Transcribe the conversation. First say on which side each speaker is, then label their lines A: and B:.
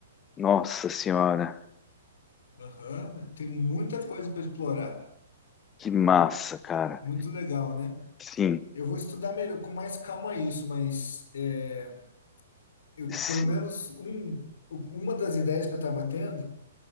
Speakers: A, on the left (about 20°); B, on the left (about 60°).
A: Nossa senhora,
B: Aham, tem muita coisa para explorar.
A: que massa, cara.
B: Muito legal, né?
A: Sim,
B: Eu vou estudar melhor, com mais calma isso, mas é, eu,
A: sim.
B: pelo menos um, uma das ideias que eu estava tendo,